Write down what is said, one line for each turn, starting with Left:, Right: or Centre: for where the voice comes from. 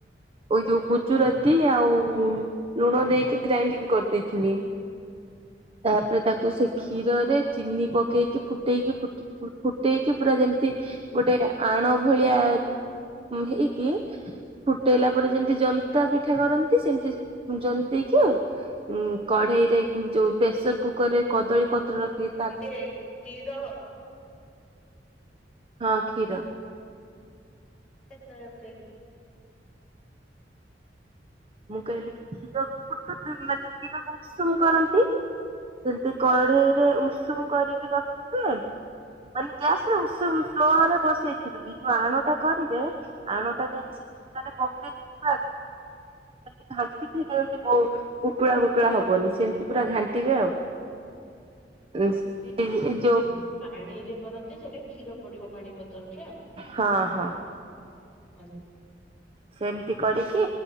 Right: ଯୋଉ ଗୁଚୁରାତି ଆଉ ଲୁଣ ଦେଇକି, ଗ୍ରାଇଣ୍ଡିଙ୍ଗ କରିଦେଇଥିଲି। ତାପରେ ତାକୁ ସେ କ୍ଷୀରରେ ଚିନି ପକେଇକି, ଫୁ ଫୁଟେଇକି, ଫୁଟେଇକି ପୁରା ଯେମିତି ଗୋଟେ ଆଣ ଭଳିଆ ହେଇକି, ଫୁଟେଇଲା ପରେ ଯେମିତି ଜନ୍ତା ପିଠା କରନ୍ତି, ସେମିତି ଜନ୍ତକି ଉ କଢେଇରେ ଯୋଉ ପ୍ରେସର କୁକରରେ କଦଳୀ ପତ୍ର ରଖିକି, ତା
Centre: ଇଏ କ୍ଷୀର?
Right: ହଁ, କ୍ଷୀର।
Centre: ହ ତରଫ କେ <unintelligible>
Right: ମୁଁ କହିଲି କି କ୍ଷୀର ଫୁଟ ମାନେ କ୍ଷୀରକୁ ଉଷୁମ କରନ୍ତି <unintelligible> ସେମିତି କଢେଇରେ ଉଷୁମ କରିକି ରଖିଥିବେ, ମାନେ ଗ୍ୟାସରେ ଉଷୁମ ସ୍ଲୋ ରେ ବସେଇଥିବେ, ଏ ଯୋଉ ଆଣଟା କରିବେ ଆଣଟା ନୁହେଁ କି ସେ କ୍ଷୀରର <unintelligible> ତାକୁ ଘାଣ୍ଟିକି ଯେମିତି ଉୁଟୁଳା ଗୁଟୁଳା ହବନି, ସେମିତି ପୁରା ଘାଣ୍ଟିବେ ଆଉ। ସେ <unintelligible>
Centre: ହଉ, ପାଣିରେ କରନ୍ତି। ସେଟା କ୍ଷୀର ପଡିବ ପାଣି ବଦଳରେ?
Right: ହଁ, ହଁ।
Centre: ଆ୍ଛା <unintelligible>
Right: ସେମିତି କରିକି,